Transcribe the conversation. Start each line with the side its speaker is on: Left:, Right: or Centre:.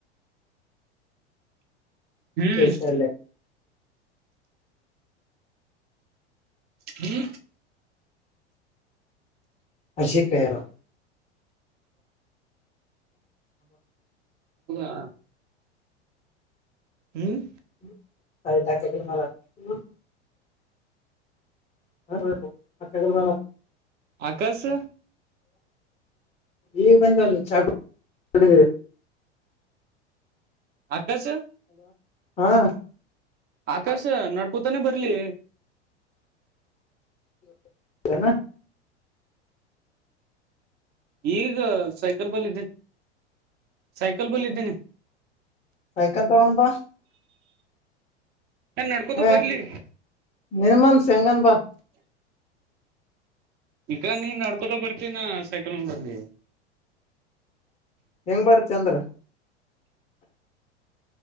Right: ಹ್ಮ್
Left: ಶಾಲೆ
Right: ಹ್ಮ್
Left: ಅರ್ಷಿಕ ಯಾರು
Right: ಹೌದಾ ಹ್ಮ್
Left: <unintelligible> <unintelligible>
Right: ಆಕಾಶ್
Left: ಈಗ ಬಂದ ಚಾ ಕುಡಿ
Right: ಆಕಾಶ್
Left: ಹಾ
Right: ಆಕಾಶ ನಡ್ಕೊತಾನೆ ಬರ್ಲಿ
Left: ಏನು
Right: ಈಗ ಸೈಕಲ್ ಬಲ್ಲಿದ್ದೀನಿ ಸೈಕಲ್ ಬಲ್ಲ ಇದಿದ್ದೀನಿ
Left: ಸೈಕಲ್ ತಗೋಂಡು ಬಾ
Right: ಏ ನಡ್ಕೋತ
Left: ಹ
Right: ಬರ್ಲಿ
Left: ನಿನ್ನ ಮನಸ್ಸು ಹೇನಾಗಣ್ಣ ಬಾ
Right: ಈಗ ನೀನ್ ನಡ್ಕೊತ ಬರ್ತೀನಿ ಸೈಕಲ್ ಬರ್ಲಿ
Left: ಹೆಂಗ್ ಬರ್ತೀನಿ ಅಂದ್ರ